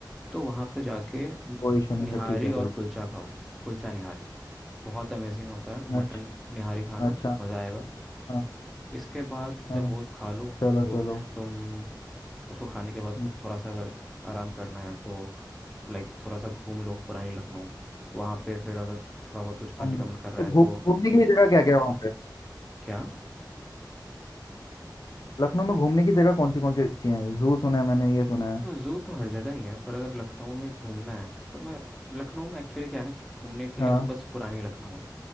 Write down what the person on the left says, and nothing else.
कोई इशू नहीं
फिर ठीक है चलो
अच्छा
अच्छा
हाँ
हाँ
चलो
चलो
हम्म,
घूमने
तो
घू-
घूमने की जगह क्या क्या है वहाँ पे
लखनऊ में घूमने की जगह कौन सी कौन सी अच्छी है जू सुना है मैंने ये सुना है
हाँ